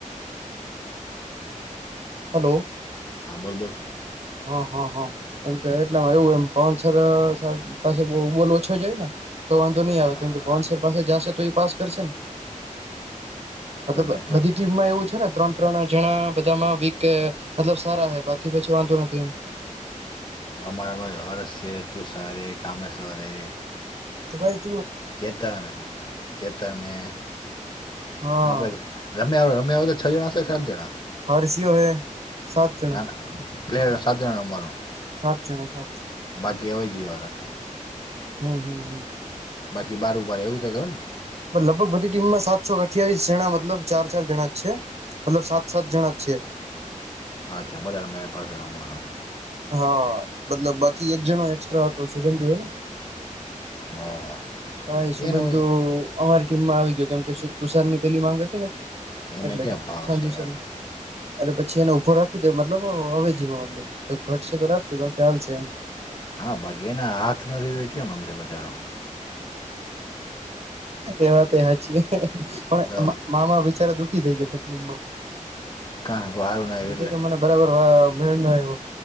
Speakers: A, on the right; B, on the left.
A: હલો
B: હા બોલ બોલ
A: હા હા હા એમ કે એટલેમાં એવું એમ પવન સર પાસે બોલ ઓછો જાય ને તો વાંધો નહી આવે
B: હા
A: કેમકે પવન સર પાસે જશે તો એ પાસ કરશે ને મતલબ
B: પ્રદીપ પ્રદ-
A: બધી ટીમમાં એવું છે ને ત્રણ ત્રણ જણા બધામાં વીક મતલબ સારા હે બાકી પછી વાંધો નથી એમ
B: અમારા હરસ છે તું સરે કામેશવરે
A: તો ભાઈ
B: કેતા કેતાને
A: હા
B: આપડે <unintelligible> છ જણાં છે સાત જણા
A: હર્શીઓ હે સાત જણ
B: ના ના પ્લેયર સાજણ રહ્મવાનું
A: સાત જણા સાત
B: બાકી હવે જિવારા
A: હમ હમ હમ
B: બાકી બારો બાર એવું કઈ ખબર ને
A: લગભગ બધી ટીમમાં સાતસો અઠયાવીસ જણા મતલબ ચાર ચાર જણા જ છે મતલબ સાત સાત જણા જ છે
B: અચ્છા બધા મે પાશડ રમવાનું
A: હા મતલબ બાકી એક જણો એકસ્ટ્રા હતો શુભમ થયો ન
B: હા
A: હા એ શુભેન્દુ
B: એનું
A: અમારી ટીમમાં આવી ગયો કેમ કે તુષાર ની પેલી માંગ હતી ને
B: એને
A: એટલે
B: ક્યાં ભાવ
A: સાજીવ
B: છે યાર
A: સરની અરે પછી એને ઉભો રાખી દેવ મતલબ અવેજીમાં મતલ જો ઘટ સે તો રાખશો બાકી હાલ સે એમ
B: હા બાકી એના હાથ નથી તો કેમ રમશે બિચારો
A: એ વાત એ હાચી પણ
B: તો
A: મામા બિચારા દુખ કી થઈ ગયો તકલીફમાં
B: કાં સારું ના
A: એ
B: એટલે
A: કે કે મને બરાબર મેળ ન આવ્યો